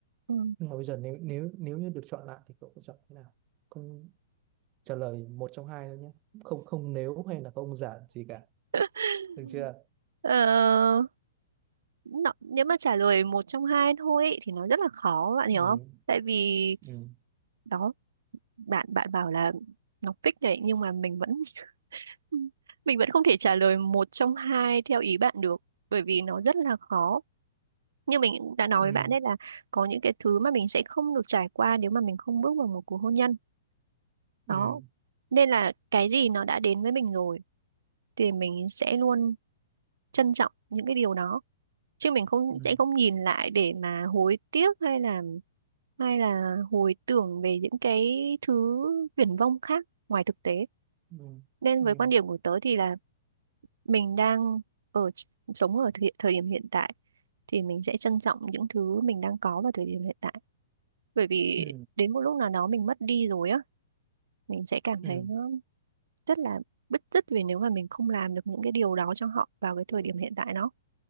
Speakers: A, on the right (about 85°); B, on the right (about 25°).
A: Ừ.
B: Nhưng mà bây giờ nếu nếu nếu như được chọn lại thì cậu sẽ chọn thế nào? Không trả lời một trong hai thôi nhé. Không không nếu hay là không giả gì cả.
A: <laughs>
B: Được chưa?
A: Ờ, nó, nếu mà trả lời một trong hai thôi ý, thì nó rất là khó bạn hiểu
B: Ừ.
A: không? Tại vì
B: Ừ.
A: đó bạn bạn bảo là nó fix đấy nhưng mà mình vẫn <laughs> mình vẫn không thể trả lời một trong hai theo ý bạn được bởi vì nó rất là khó. Như mình cũng đã nói
B: Ừ.
A: với bạn đấy là có những cái thứ mà mình sẽ không được trải qua nếu mà mình không bước vào một cuộc hôn nhân.
B: Ừ.
A: Đó. Nên là cái gì nó đã đến với mình rồi thì mình sẽ luôn trân trọng những cái điều đó chứ mình không
B: Ừ.
A: sẽ không nhìn lại để mà hối tiếc hay là hay là hồi tưởng về những cái thứ viển vông khác ngoài thực tế
B: ừ
A: nên
B: ừ
A: với quan điểm của tớ thì là mình đang ở sống ở thời, thời điểm hiện tại thì mình sẽ trân trọng những thứ mình đang có vào thời điểm hiện tại bởi vì
B: ừ
A: đến một lúc nào đó mình mất đi rồi á mình sẽ cảm
B: ừ
A: thấy nó rất là bứt rứt vì nếu mà mình không làm được những cái điều đó cho họ vào cái
B: Ừ.
A: thời điểm hiện tại đó